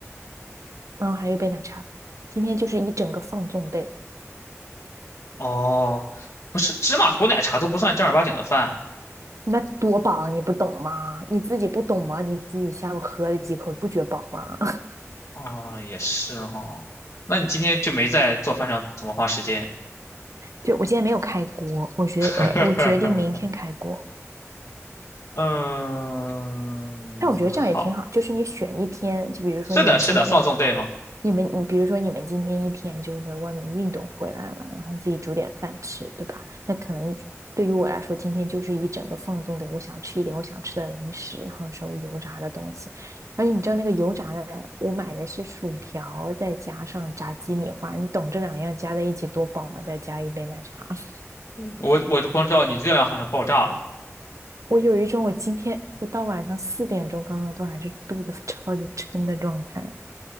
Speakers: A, on the right (about 80°); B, on the left (about 75°).
A: 然后还有一杯奶茶。今天就是一整个放纵 day。
B: 哦，不是芝麻糊奶茶都不算正儿八经的饭。
A: 那多饱，你不懂吗？你自己不懂吗？你自己下午喝了几口，不觉饱吗？<laughs>
B: 哦，也是哈。那你今天就没在做饭上怎么花时间？
A: 对，我今天没有开锅，我决我我决定明天开锅。
B: <laughs> 嗯，
A: 但我觉得这样也挺好，
B: 好，
A: 就是你选一天，就比如说你们今天，
B: 是的，是的，放纵对吗？
A: 你们你比如说你们今天一天就是在外面运动回来了，然后自己煮点饭吃，对吧？那可能对于我来说，今天就是一整个放纵的，我想吃一点我想吃的零食，然后稍微油炸的东西。而且你知道那个油炸的，我买的是薯条，再加上炸鸡米花，你懂这两样加在一起多饱吗？再加一杯奶茶，<laughs>
B: 我我光知道你热量好像爆炸了。
A: 我有一种我今天我到晚上四点钟刚刚都还是肚子 <laughs> 超级撑的状态。